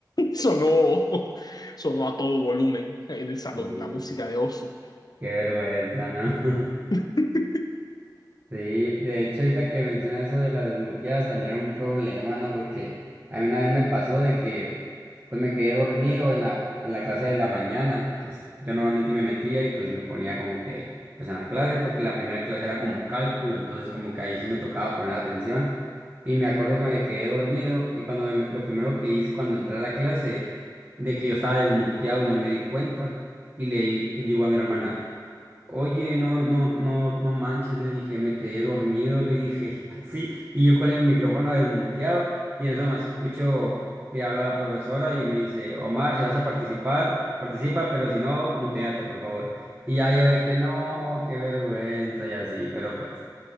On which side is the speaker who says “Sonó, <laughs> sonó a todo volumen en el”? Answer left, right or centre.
Left